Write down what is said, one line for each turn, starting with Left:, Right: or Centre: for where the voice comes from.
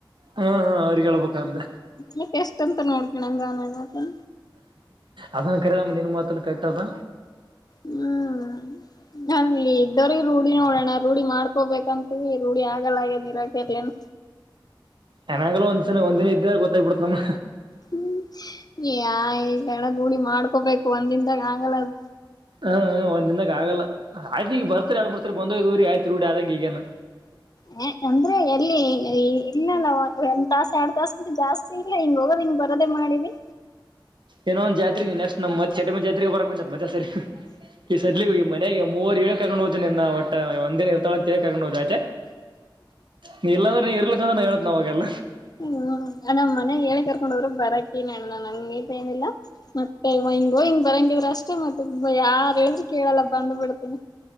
Right: ಹ್ಮ್ ಹ್ಮ್ ಅವ್ರಿಗೆ ಹೇಳ್ಬೇಕದ್ದ
Left: ಮತ್ತೆ ಎಷ್ಟಂತ ನೋಡ್ಕಣಂಗನ ಆಗತ್ತ
Right: ಅದನ್ನ ಕರಿಯಲ್ಲಮ್ಮ ನಿನ್ ಮಾತನ್ ಕರೆಟ್ಟ ಅದ.
Left: ಹ್ಮ್. ಅಲ್ಲಿ ಇದ್ದೋರಿಗೆ ರೂಢಿ ನೋಡೋಣ ರೂಢಿ ಮಾಡ್ಕೋಬೇಕಂತೀವಿ ರೂಢಿ ಆಗಲ್ಲ ಆಗ್ಯದ್ ಇರಕಲ್ಲ ಏನ್
Right: ಚನ್ನಗಲ್ಲ ಒಂದ್ಸಲ ಒಂದಿನ ಇದ್ದ ಗೊತ್ತಾಗಿ ಬಿಡುತ್ತದ ನಮ್ಮ
Left: ಹ್ಮ ಯಾ ಗಣ ರೂಡಿ ಮಾಡ್ಕೋಬೇಕು ಒಂದ ದಿನದಾಗ ಆಗಲ್ಲ ಅದು
Right: ಹ್ಮ್ ಒಂದ ದಿನದ ಆಗಲ್ಲ ಆಯ್ತ ಈಗ ಬರ್ತಾರ ಎರಡ್ ಮುರ್ಸಾರಿ ಬಂದೋಗ್ ಊರಿ ಆಯ್ತ್ ರೂಡಿ ಆದಂಗೆ ಈಗೇನು.
Left: ಹ ಅಂದ್ರೆ ಎಲ್ಲಿ ಇಲ್ಲ ಒಂದ್ ತಾಸ ಎರಡ್ ತಾಸ್ಕಿಂತ ಜಾಸ್ತಿ ಇಲ್ಲ ಹಿಂಗ ಹೋಗದೆ ಹಿಂಗ ಬರೋದೇ ಮಾಡಿದಿ.
Right: ಇನ್ನೊಂದ್ ಜಾತ್ರೆಗಿ ನೆಸ್ಟ್ ಚಟ್ಟೆಮ್ಮಾ ಜಾತ್ರಿಗಿ ಬರಕಂತೆಂತ ಮತ್ಯ ಸೇರಿ ಈ ಸದ್ಲಿಗಿ ಮನೆಗೆ ಮೂವರು ಏಳಕೆ ಕರಕೊಂಡ ಹೊತಿನಿ ಅಂದಾವ ವಟ್ಟ ಒಂದಿನ ಇರ್ತಾಳ ಅಂತೆಳಿ ಕರಕೊಂಡ ಹೊತ್ತಿನಿ ಆಯ್ತಾ. ನೀ ಇಲ್ಲಾಂದ್ರೆ ನೀ ಇರ್ಲಕ್ಕಂದ್ರ ನಾ ಹೇಳತೇನಿ ಆವಾಗೆಲ್ಲ
Left: ಹ್ ನಮ್ಮ ಮನೆಗ್ ಹೇಳಿ ಕರ್ಕೊಂಡ ಹೋಗ್ರು ಬರಕಿನಿನಣ್ಣ ನಂಗ ನನ್ನಿಂದ ಏನಿಲ್ಲಾ ಮತ್ತೆ ಇವ ಹಿಂಗ ಹೋಗಿ ಹಿಂಗ ಬರಂಗಿದ್ರ ಅಷ್ಟೇ ಮತ್ತೆ ಯಾರ ಹೇಳಿದ್ರರು ಕೇಳಲ್ಲ ಬಂದ್ ಬಿಡ್ತೇನಿ.